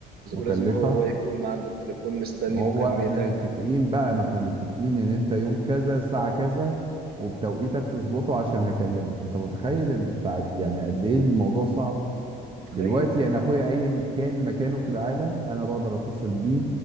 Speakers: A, on the right; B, on the right.
A: مكلفه
B: ولازم هو يكون عند التليفون مستني
A: وهو
B: مكالمتك
A: احنا متفقين بقى ما احنا متفقين ان انت يوم كذا الساعه كذا وبتوقيتك تظبطه عشان هكلمك انت متخيل التعب يعني قد ايه الموضوع صعب
B: متخيل
A: دلوقتي انا اخويا ايا كان مكانه في العالم انا بقدر اتصل بيه